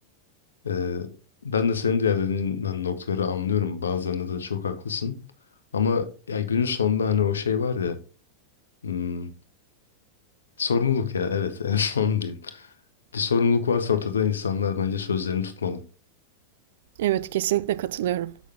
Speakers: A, on the left; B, on the right.
A: Ee, ben de senin diğer dediğin noktaları anlıyorum. Bazılarında da çok haklısın. Ama ya günün sonunda hani o şey var ya hmm, sorumluluk ya evet <laughs> en son diyeyim. Bir sorumluluk varsa ortada insanlar bence sözlerini tutmalı.
B: Evet, kesinlikle katılıyorum.